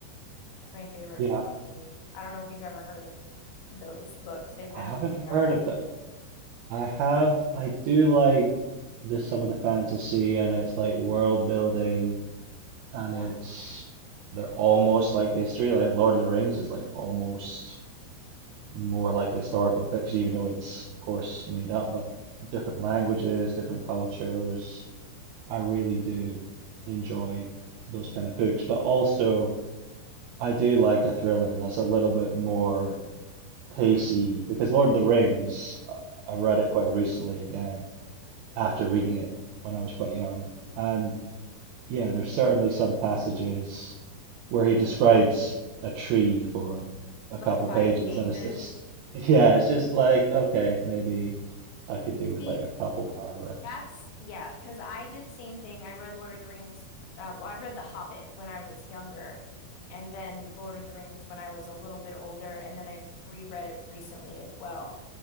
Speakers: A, on the left; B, on the right.
A: that's my favorite
B: Yeah,
A: fantasy. I don't know if you've ever heard of those books. They've been
B: I haven't
A: around
B: heard
A: forever.
B: of that. I have. I do like the some of the fantasy, and it's like world building, and
A: Yeah.
B: it's they're almost like history. Like Lord of the Rings is like almost more like historical fiction, even though it's of course made up, but different languages, different cultures. I really do enjoy those kind of books, but also I do like a thriller that's a little bit more pacey because Lord of the Rings, uh, I read it quite recently again after reading it when I was quite young. And yeah, there's certainly some passages where he describes a tree for a
A: Like
B: couple
A: five
B: pages,
A: pages.
B: and it's just, <laughs> yeah, it's just like, okay, maybe I could do with
A: See,
B: like a couple paragraphs.
A: That's yeah, because I did the same thing. I read Lord of the Rings. Uh, well, I read The Hobbit when I was younger, and then Lord of the Rings when I was a little bit older, and then I reread it recently as well.